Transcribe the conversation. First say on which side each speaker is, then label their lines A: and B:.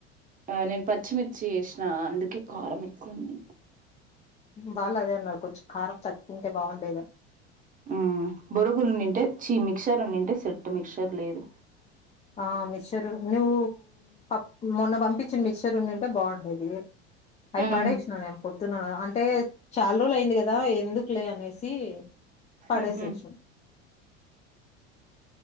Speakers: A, on the right; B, on the left.
A: ఆ నేను పచ్చిమిర్చి వేసిన అందుకే కారం ఎక్కువుంది
B: వాళ్ళు అదే అన్నారు కొంచెం కారం తగ్గింటే బాగుండేదని
A: ఉ బొరుగులు ఉనిమ్టే చీ మిక్సర్ ఉనిమ్టే సెట్టు మిక్చర్ లేదు
B: ఆ మిక్చర్ నువ్వు ప మొన్న పంపించిన మిక్చర్ రుండుంటే బాగుండేది అయి
A: ఉమ్
B: పడేశిన నేన్ పొద్దున అన్ బే చాలా రోజులు అయింది కదా ఎందు క్లే అనేసి పడేసేసిన
A: ఉహు